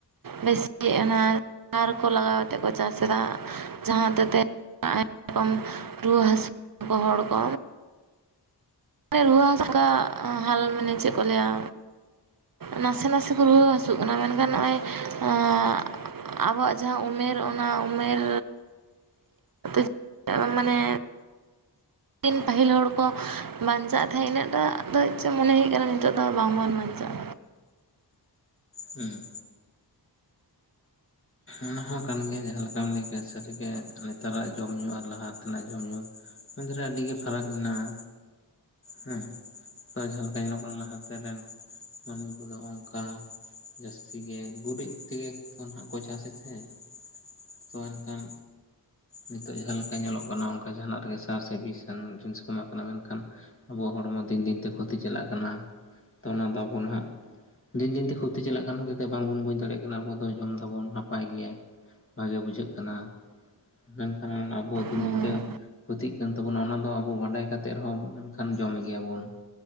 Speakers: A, on the right (about 55°); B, on the left (about 30°).
A: ᱵᱮᱥᱤ ᱜᱮ ᱚᱱᱟ ᱥᱟᱨ ᱠᱚ ᱞᱟᱜᱟᱣ ᱠᱟᱛᱮᱫ ᱠᱚ ᱪᱟᱥ ᱮᱫᱟ, ᱡᱟᱦᱟᱸ ᱦᱚᱛᱮᱡ ᱛᱮ ᱟᱭᱢᱟ ᱨᱚᱠᱚᱢ ᱨᱩᱣᱟᱹ ᱦᱟᱹᱥᱩ ᱠᱚ ᱦᱚᱲ ᱠᱚ ᱨᱩᱭᱟᱹ <unintelligible> ᱦᱟᱞ ᱢᱟᱱᱮ ᱪᱮᱫ ᱠᱚ ᱞᱟᱹᱭᱟ? ᱱᱟᱥᱮ ᱱᱟᱥᱮ ᱠᱚ ᱨᱩᱣᱟᱹ ᱦᱟᱹᱥᱩᱜ ᱠᱟᱱᱟ ᱢᱮᱱᱠᱷᱟᱱ ᱱᱚᱜ-ᱚᱭ <unintelligible> ᱟᱵᱚᱣᱟᱜ ᱡᱟᱦᱟᱸ ᱩᱢᱮᱨ ᱚᱱᱟ ᱩᱢᱮᱨ <unintelligible> <unintelligible> ᱢᱟᱱᱮ ᱛᱤᱱ ᱯᱟᱹᱦᱤᱞ ᱦᱚᱲ ᱠᱚ ᱵᱟᱧᱪᱟᱜ ᱛᱟᱦᱮᱸᱜ ᱤᱱᱟᱹᱜᱴᱟ ᱫᱚ ᱪᱚ ᱢᱚᱱᱮ ᱦᱩᱭᱩᱜ ᱠᱟᱱᱟ ᱱᱤᱛᱚᱜ ᱫᱚ ᱵᱟᱝᱵᱚᱱ ᱵᱟᱧᱪᱟᱜ-ᱟ᱾
B: ᱦᱩᱸ᱾ ᱚᱱᱟ ᱦᱚᱸ ᱠᱟᱱ ᱜᱮᱭᱟ ᱡᱟᱦᱟᱸ ᱞᱮᱠᱟᱢ ᱞᱟᱹᱭ ᱠᱮᱜ-ᱟ ᱥᱟᱹᱨᱤ ᱜᱮ ᱱᱮᱛᱟᱨᱟᱜ ᱡᱚᱢ ᱧᱩ ᱟᱨ ᱞᱟᱦᱟ ᱛᱮᱱᱟᱜ ᱡᱚᱢ ᱧᱩ ᱢᱩᱫ ᱨᱮ ᱟᱹᱰᱤ ᱜᱮ ᱯᱷᱟᱨᱟᱠ ᱢᱮᱱᱟᱜ-ᱟ᱾ ᱦᱮᱸ ᱛᱚ ᱡᱟᱦᱟᱸ ᱞᱮᱠᱟ ᱧᱮᱞᱚᱜ ᱠᱟᱱᱟ ᱞᱟᱦᱟᱛᱮ ᱨᱮᱱ ᱢᱟᱹᱱᱢᱤ ᱠᱚᱫᱚ ᱦᱚᱜ ᱠᱟ ᱡᱟᱹᱥᱛᱤ ᱜᱮ ᱜᱩᱨᱤᱡ ᱛᱮᱜᱮ ᱠᱚᱱ ᱦᱟᱸᱜ ᱠᱚ ᱪᱟᱥᱮᱫ ᱛᱟᱦᱮᱸ᱾ ᱛᱚ ᱚᱱᱠᱟᱱ ᱱᱤᱛᱚᱜ ᱡᱟᱦᱟᱸ ᱞᱮᱠᱟ ᱧᱮᱞᱚᱜ ᱠᱟᱱᱟ ᱚᱱᱠᱟ ᱡᱟᱦᱟᱸᱱᱟᱜ ᱨᱮᱜᱮ ᱥᱟᱨ ᱥᱮ ᱵᱤᱥ-ᱟᱱ ᱡᱤᱱᱤᱥ ᱠᱚ ᱮᱢᱟᱜ ᱠᱟᱱᱟ ᱢᱮᱱᱠᱷᱟᱱ ᱟᱵᱚᱣᱟᱜ ᱦᱚᱲᱢᱚ ᱫᱤᱱ ᱫᱤᱱᱛᱮ ᱠᱷᱚᱛᱤ ᱪᱟᱞᱟᱜ ᱠᱟᱱᱟ, ᱛᱚ ᱚᱱᱟ ᱫᱚ ᱵᱚᱱ ᱦᱟᱸᱜ ᱫᱤᱱ ᱫᱤᱱᱛᱮ ᱠᱷᱚᱛᱤ ᱪᱟᱞᱟᱜ ᱠᱟᱱ ᱠᱷᱟᱹᱛᱤᱨ ᱛᱮ ᱵᱟᱝᱵᱚᱱ ᱵᱩᱡᱽ ᱫᱟᱲᱮᱭᱟᱜ ᱠᱟᱱᱟ ᱟᱵᱚ ᱫᱚ ᱡᱚᱢ ᱫᱟᱵᱚᱱ ᱱᱟᱯ ᱱᱟᱯᱟᱭ ᱜᱮ ᱵᱷᱟᱜᱮ ᱵᱩᱡᱷᱟᱹᱜ ᱠᱟᱱᱟ ᱢᱮᱱᱠᱷᱟᱱ ᱟᱵᱚ ᱫᱤᱱ
A: ᱦᱩᱸ
B: ᱫᱤᱱ ᱛᱮ ᱠᱷᱩᱛᱤᱜ ᱠᱟᱱ ᱛᱟᱵᱚᱱᱟ ᱚᱱᱟ ᱫᱚ ᱟᱵᱚ ᱵᱟᱰᱟᱭ ᱠᱟᱛᱮᱫ ᱨᱮᱦᱚᱸ ᱢᱮᱱᱠᱷᱟᱱ ᱡᱚᱢᱮᱫ ᱜᱮᱭᱟ ᱵᱚᱱ᱾